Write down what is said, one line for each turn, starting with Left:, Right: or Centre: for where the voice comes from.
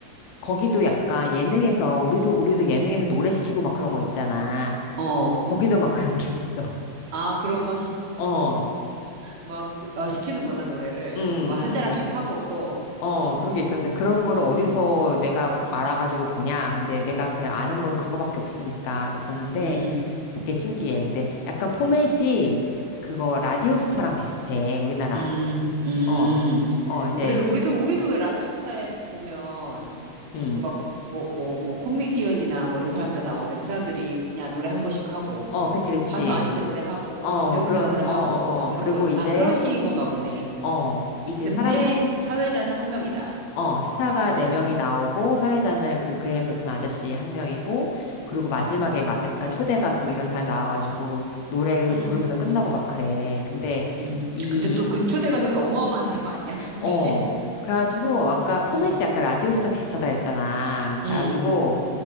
Left: 거기도 약간 예능에서, 우리도, 우리도 예능에서 노래 시키고 막 그런 거 있잖아.
Right: 어.
Left: 거기도 막 그런 게 있어. <laughs>
Right: 아, 그러면
Left: 어,
Right: 막 그, 어, 시키는구나 노래를
Left: 응, 응,
Right: 그 막 한 자락씩 하고 또어
Left: 어, 그런 게 있어. 근데 그런 거를 어디서 내가
Right: 음,
Left: 알아가지고 보냐. 근데 내가 그냥 아는 건 그거밖에 없으니까 그 보는데
Right: 음,
Left: 되게 신기해. 근데 약간 포맷이 그거 라디오스타랑 비슷해. 우리나라.
Right: 음. 음.
Left: 어, 어, 이제,
Right: 그래서 우리도, 우리도 왜 라디오스타에 보면,
Left: 음,
Right: 그 막, 뭐, 뭐, 뭐, 코미디언이나 뭐 이런 사람들 나오는데 그 사람들이 그냥 노래 한 번씩 하고,
Left: 어, 그치, 그치.
Right: 가수 아닌데 노래하고,
Left: 어,
Right: 배우인데
Left: 뭐, 그런,
Right: 노래하고,
Left: 어, 어,
Right: 뭐
Left: 어.
Right: 이런
Left: 그리고
Right: 거, 있-
Left: 이제,
Right: 아, 그런 식인 건가 보네.
Left: 어, 이제
Right: 근데
Left: 사람,
Right: 사회자는 한 명이다.
Left: 어, 스타가
Right: 어,
Left: 네명이 나오고, 사회자는 그 그레이엄 노튼 아저씨 한명이고 그리고 마지막에
Right: 음,
Left: 막 약간 초대 가수 이런 사람 나와가지고, 노래를
Right: 음,
Left: 부르면서 끝나고 막 그래. 근데,
Right: 음.
Left: 이,
Right: 근데 또 그 초대 가수 또 어마어마한 사람 아니야? <laughs> 혹시?
Left: 어, 그래가지고, 아까 포맷이
Right: 음,
Left: 약간 라디오스타 비슷하다 했잖아.
Right: 음,
Left: 그래가지고,